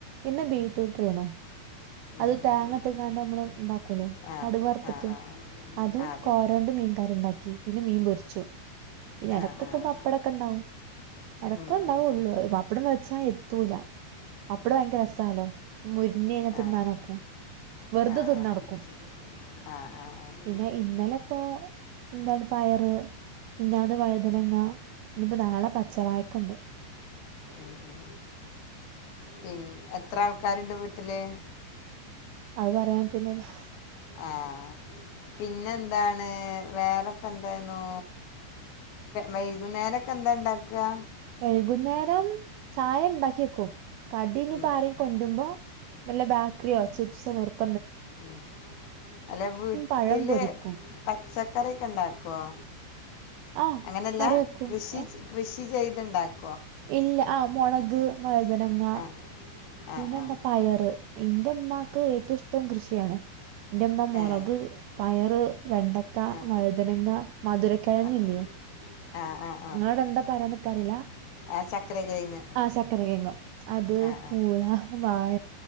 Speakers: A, on the right; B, on the left.
A: ഇന്ന് ബീറ്റ്റൂട്ടിറിണോ
B: ഉം
A: അത്
B: ഉം
A: തേങ്ങ
B: ഉം
A: ഇട്ട്ങ്ങാണ്ട് നമ്മള് ഉണ്ടാക്കൂല്ലേ
B: ആഹ്
A: കടുക് വറുത്തിട്ട്
B: ആഹ് ആഹ് ആഹ്
A: അതും
B: അതെ
A: കോരോണ്ട് മീൻകറി ഉണ്ടാ പിന്നെ മീൻ പൊരിച്ചു പിന്നെ ഇടക്കൊക്കെ
B: ആഹ് ആഹ്
A: പപ്പടൊക്കെ ഇണ്ടാവും ഇടയ്ക്കെ
B: ഉം
A: ഉണ്ടാവൊള്ളൂ
B: ഉം ഉം
A: പപ്പടം വെ ച്ച എത്തൂല പപ്പടം ഭയങ്കര രസാലോ മൊരിഞ്ഞ്കഴിഞ്ഞാ തിന്നാനൊക്കെ
B: ആഹ്
A: വെറുതെ
B: ആഹ്
A: തിന്നുനടക്കും
B: ആഹ് ആഹ് ആഹ് ആഹ്
A: പിന്നെ ഇന്നലെ ഇപ്പോ എന്താണ് പയറ് പിന്നെ മിനിഞ്ഞാന്ന് വഴുതനങ്ങ ഇനിപ്പോ നാളെ പച്ചവയക്കയൊണ്ട്
B: ഉം ഉം പിന് എത്ര ആൾ കരണ്ട് വിട്ട് ട്ടില്
A: അത് പറയാൻ പറ്റൂലല്ലോ
B: ആഹ് പിന്നെ എന്താണ് വേറെപ്പ എന്താരുന്നു വൈകുന്നേരൊക്കെ എന്താ ഉണ്ടാക്കാ
A: വൈകുന്നേരം ചായ ഇണ്ടാക്കിയക്കും കടിഞ്ഞപ്പ
B: ഉം
A: ആരേം കൊണ്ടുമ്പോ വല്ലബേക്കറിയോ ചിപ്പ് <unintelligible>
B: ഉം അല്ല വീട്ടില്
A: പഴം പൊരിക്കും
B: പച്ചക്കറി ഒക്കെ ഇണ്ടാക്കുവോ
A: ആഹ്
B: അങ്ങനെയല്ല
A: കറി വെക്കും
B: കൃഷി
A: ഏ
B: കൃഷി ചെയ് ത്ണ്ടാക്ക്
A: ഇല്ല ആഹ് മൊളക് വഴുതനങ്ങ
B: ആഹ്
A: പിന്നെന്താ
B: ആഹ് ആഹ്
A: പയറ് എന്റെ ഉമ്മാക്ക് ഏറ്റോം ഇഷ്ടം കൃഷിയാണ് എന്റെമ്മ മൊളക്
B: ഏഹ്
A: പയറ് വെണ്ടക്ക
B: ആഹ്
A: വഴുതനങ്ങ മധുരക്കിഴങ്ങ്‌
B: ഒക്കെ
A: ഇല്ലേ
B: ആഹ് ആഹ് ആഹ്
A: നിങ്ങളോടെന്താ പറയണ ക്കറില്ലാ
B: ആ ചക്കര കിഴങ്ങ്
A: ആ ചക്കര തേങ്ങ അത്
B: ആഹ്
A: പൂള വാഴ